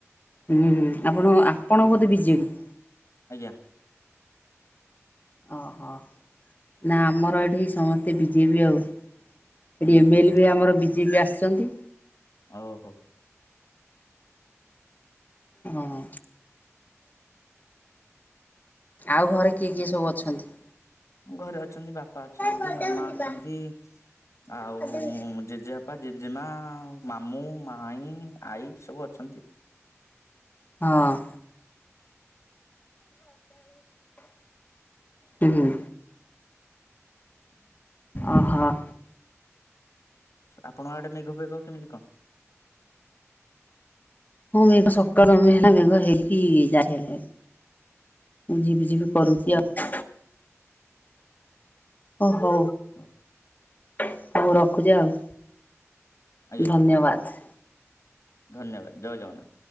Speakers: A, on the left (about 35°); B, on the left (about 80°).
A: ହୁଁ, ଆପଣ ଆପଣ ବୋଧେ ବିଜେଡି?
B: ଆଜ୍ଞା।
A: ଅହ, ନା ଆମର ଏଠି ସମସ୍ତେ ବିଜେପି ଆଉ।
B: ହୁଁ
A: ଏଠି ଏମ୍ଏଲ୍
B: ହୁଁ
A: ବି ଆମର ବିଜେପି ଆସିଛନ୍ତି।
B: ଓହୋ।
A: ହଁ। ଆଉ ଘରେ କିଏ କିଏ ସବୁ ଅଛନ୍ତି?
B: ଘରେ ଅଛନ୍ତି ବାପା ଅଛନ୍ତି,
A: ଗଦାକୁ
B: ମାମା
A: ଯିବା
B: ଅଛନ୍ତି ଆଉ
A: ଗଦାକୁ ଯିବା।
B: ଜେଜେବାପା, ଜେଜେମା, ମାମୁଁ, ମାଇଁ, ଆଈ ସବୁ ଅଛନ୍ତି।
A: ହଁ। ହୁଁ। ଓ ହୋ।
B: ଆପଣଙ୍କ ଆଡେ ମେଘ ଫେଘ କେମିତି କଣ?
A: ହଁ ମେଘ ସତର ଦିନ ମେଘ ହେଇକି <unintelligible> ମୁଁ ଯିବି ଯିବି କରୁଛି
B: ଓ
A: ଆଉ। ଓ ହଉ
B: ହଉ
A: ହଉ ରଖୁଛି ଆଉ।
B: ଆଜ୍ଞା
A: ଧନ୍ୟବାଦ।
B: ଧନ୍ୟବାଦ ଜୟ ଜଗନ୍ନାଥ।